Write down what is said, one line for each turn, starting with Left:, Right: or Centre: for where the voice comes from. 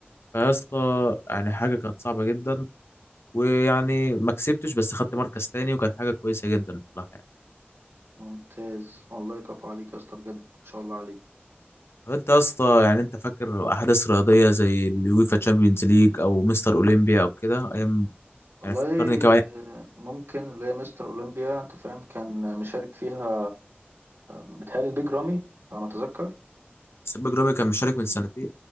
Left: فيا اسطى يعني حاجة كانت صعبة جدا ويعني ما كسبتش بس خدت مركز تاني وكانت حاجة كويسة جدا بصراحة يعني
Right: ممتاز والله كفو عليك يا اسطى بجد ما شاء الله عليك
Left: طب انت يا اسطى يعني انت فاكر أحداث رياضية زي اليويفا تشامبيونز ليج أو مستر أولمبيا أو كده أيام
Right: والله
Left: يعني فكرني كده يعني
Right: آه، ممكن اللي هي مستر اولمبيا انت فاهم كان مشارك فيها بتهيألي البيج رامي على ما اتذكر
Left: سيب جرامي كان مشارك من سنتين